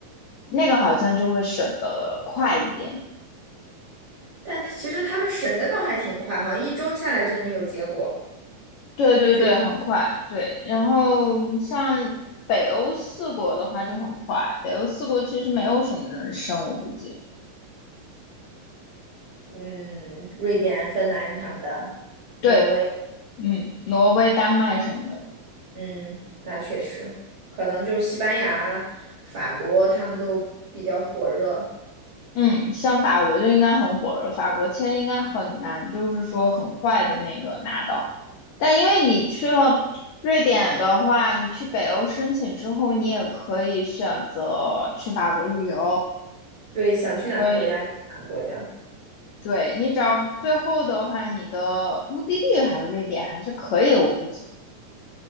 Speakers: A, on the left; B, on the right.
A: 那个好像就会审得快一点。
B: 但他其实他们审的倒还挺快，好像一周下来就能有结果。
A: 对对对，
B: 最
A: 很快，对。然后嗯像北欧四国的话就很快，北欧四国其实没有什么人生，我估计。
B: 嗯，瑞典、芬兰他们的，挪威，
A: 对，嗯，挪威、丹麦什么的，
B: 嗯，那确实，可能就是西班牙、法国他们都比较火热。
A: 嗯，像法国就应该很火热，法国签应该很难，就是说很快的那个拿到。但因为你去了瑞典的话，你去北欧申请之后，你也可以选择去法国旅游。
B: 对，想去哪个国家就去哪个国家。
A: 所以。对，你只要最后的话，你的目的地还是瑞典还是可以的，我估计。